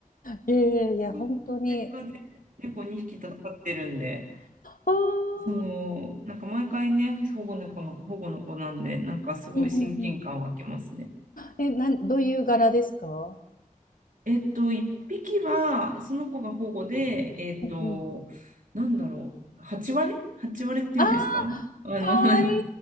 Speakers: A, on the left; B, on the right.
A: いやいやいや、
B: そう、
A: 本当に。
B: 実家で猫2匹飼ってるんで、
A: あー
B: そう、なんか毎回ね、保護猫の、保護の子なんで、なんかすごい親近感湧きますね。
A: うんうんうん。え、なん、どういう柄ですか
B: えっと、1匹は、その子が保護で、えっと、
A: うんうん。
B: なんだろう、8割 ?8 割っていうんですかあの、
A: ああ、かわいい。
B: はい